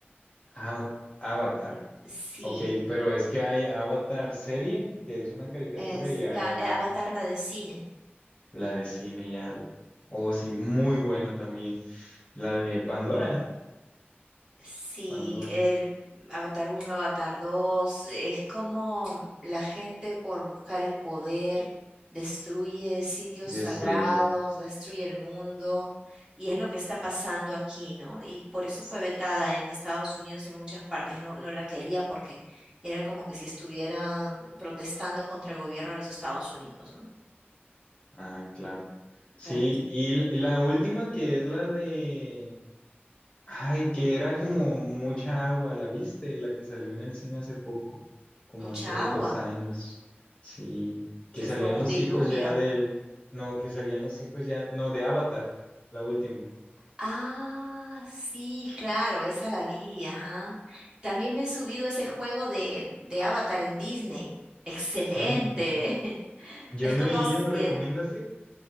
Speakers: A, on the left; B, on the right.
A: Ava- Avatar.
B: Sí,
A: Ok, pero es que hay Avatar serie, que es una caricatura,
B: es
A: y hay
B: la eh, Avatar la de cine.
A: la de cine, ya. Oh, sí, muy buena también. La de Pandora.
B: Sí,
A: Pandora.
B: el Avatar uno, Avatar dos, es como la gente por buscar el poder destruye sitios
A: Destruye.
B: sagrados, destruye el mundo, y es lo que está pasando aquí, ¿no? Y por eso fue vetada en Estados Unidos y en muchas partes, no, no la querían porque era como que si estuvieran protestando contra el gobierno de los Estados Unidos, ¿no?
A: Ah, claro. Sí,
B: Pero, sí,
A: y l- la última que es la de... Ay, que era como mucha agua, ¿la viste? La que salió en el cine hace poco, como
B: mucha
A: hace dos
B: agua,
A: años. Sí, que
B: que
A: salían
B: fue un
A: los
B: diluvio.
A: hijos ya del... No, que salían los hijos ya... No, de Avatar, la última.
B: Ah, sí, claro, esa la vi, ajá. También me he subido ese juego de, de Avatar en Disney. Excelente.
A: Mm,
B: <laughs>
A: Yo
B: Es
A: no
B: como
A: he ido,
B: si
A: ¿recomiendas
B: en-
A: ir?